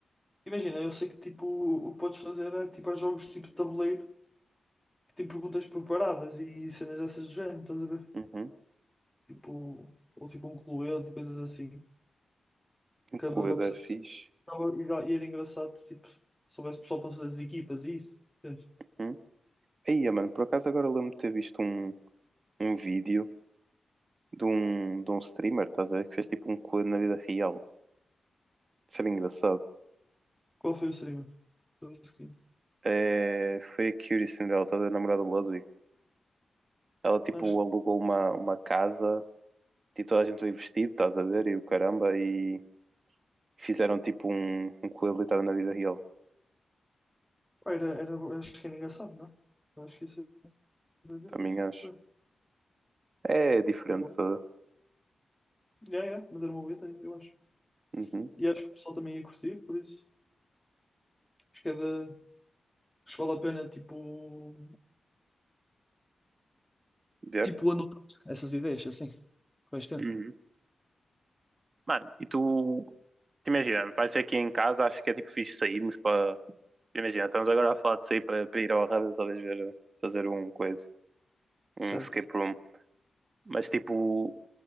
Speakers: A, in the centre; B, on the right.
A: Imagina, eu sei que tipo, o que podes fazer é tipo, há jogos tipo de tabuleiro que tem perguntas preparadas e cenas dessas do género, estás a ver?
B: Uhum.
A: Tipo, ou tipo um cluedo, coisas assim.
B: Incluída
A: Acabava por ser-
B: é fixe.
A: acabava- E dá- e era engraçado se tipo, soubesse o pessoal para fazer as equipas e isso. Entendes?
B: Uhum. Aí, mano, por acaso agora lembro-me de ter visto um, um vídeo de um, de um streamer, estás a ver? Que fez tipo um coelho na vida real. Isso era engraçado.
A: Qual foi o streamer? Do seguinte?
B: É, foi a Cutie Cinderella, estás a ver? A namorada do Ludwig. Ela tipo
A: Acho que
B: alugou uma, uma casa, tipo toda a gente foi vestido, estás a ver? E o caramba, e fizeram tipo um, um coelho literal na vida real.
A: pá, era, era, acho que era engraçado, não? é? Eu acho que isso era bem
B: Também
A: fixe.
B: acho.
A: É,
B: É diferente
A: Era bom.
B: toda.
A: Yeah, yeah, mas era uma boa ideia, eu acho.
B: Uhum.
A: E acho que o pessoal também ia curtir, por isso. Acho que é da. Acho que vale a pena, tipo.
B: Ver.
A: Tipo, anotar essas ideias, assim. Costa?
B: Uhum. Mano, e tu, te imagina, vai ser aqui em casa, acho que é tipo fixe sairmos para. Imagina, estamos agora a falar de sair para ir ao Arradas, talvez ver, fazer um coisa, um
A: Certo.
B: escape room. Mas tipo,